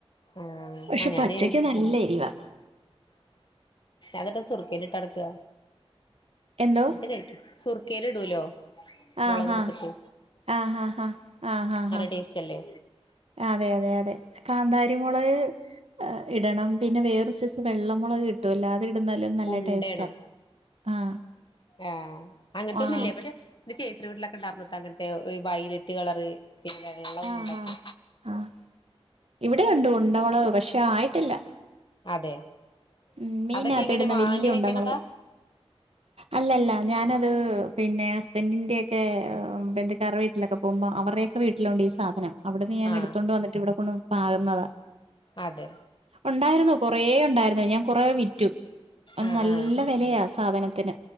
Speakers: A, on the left; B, on the right.
A: ആഹ്
B: പക്ഷെ
A: ആഹ് ഞാന്
B: പച്ചക്ക് നല്ല എരിവാ
A: അതൊക്കെ സുർക്കേൽ ഇട്ടടക്കാ
B: എന്തോ
A: <unintelligible> കഴിക്കും സുർ ക്കേലിടൂല്ലോ
B: ആഹ്
A: മുളക്
B: ഹാ
A: ഇട്ത്തിട്ട്
B: ആഹ് ഹാ ആഹ് ഹാ ഹാ
A: ടേസ്റ്റല്ലേ
B: അതെ അതെ അതെ കാന്താരിമുളക് ഇടണം പിന്നെ വേറൊരു സൈസ് വെള്ളമുളക് കിട്ടുവല്ലോ അതിടു ന്നാലും നല്ല
A: ഉണ്ടേണോ
B: ടേസ്റ്റാ ആഹ്
A: ആഹ് അങ്ങനത്തെ
B: ആഹ്
A: ഒന്നുംല്ല പക്ഷെ ഇത് <unintelligible> ന്റെ വീട്ടിലൊക്കെ ഉണ്ടായിന്നോട്ടോ അങ്ങനത്തെ വൈലറ്റ് കളറ് പിന്നെ വെള്ള
B: ആഹ്
A: ഉണ്ട
B: ഹാ
A: ക്കെ
B: ആഹ് ഇവിടെയുണ്ട് ഉണ്ടമുളക് പക്ഷെ ആയിട്ടില്ല
A: <unintelligible>
B: ഉം മീനകത്തിടുന്ന
A: അതൊക്കെ എങ്ങനെ വാങ്ങി
B: വല്യുണ്ടമുളക്
A: വെക്കണതാ
B: അല്ലല്ല ഞാന് ത് പിന്നെ ഹസ്ബൻഡിന്റെയൊക്കെ ബന്ധുക്കാരുടെ വീട്ടിലൊക്കെ പോകുമ്പോ അവരുടൊക്കെ വീ ട്ടി ലൊണ്ട് ഈ സാധനം അവിടുന്ന് ഞാൻ
A: ആഹ്
B: എടുത്തോണ്ട് വന്നിട്ട് ഇവിടെ കൊണ്ടു പാകുന്നതാ
A: അതെ
B: ഉണ്ടായിരുന്നു കുറേ ഉണ്ടായിരുന്നു ഞാ കുറേ വിറ്റു അത്
A: ആഹ്
B: നല്ല
A: ആഹ്
B: വിലയാ സാധനത്തിന്